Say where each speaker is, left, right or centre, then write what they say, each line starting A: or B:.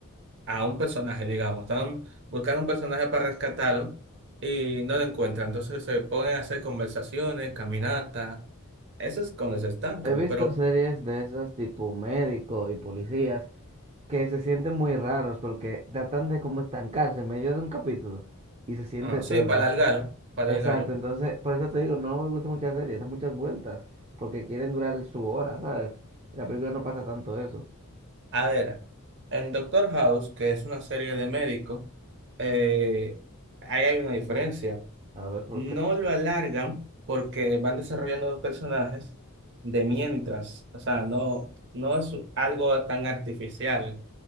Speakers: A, on the right; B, on the right.
A: a un personaje, digamos. Están buscando un personaje para rescatarlo y no lo encuentran. Entonces se ponen a hacer conversaciones, caminatas. Eso es cuando se estancan.
B: He visto
A: Pero,
B: series de esas tipo médico y policías que se sienten muy raros porque tratan de como estancarse en medio de un capítulo y se siente
A: ah,
B: eterno.
A: sí, para alargarlo, para
B: Exacto,
A: alargarlo.
B: entonces por eso te digo, no me gustan muchas series, dan muchas vueltas porque quieren durar su hora, ¿sabes? En la película no pasa tanto eso.
A: A ver, en Doctor House, que es una serie de médicos, eh, ahí hay una diferencia.
B: A ver, ¿por
A: No
B: qué?
A: lo alargan porque van desarrollando dos personajes de mientras. O sea, no, no es algo tan artificial.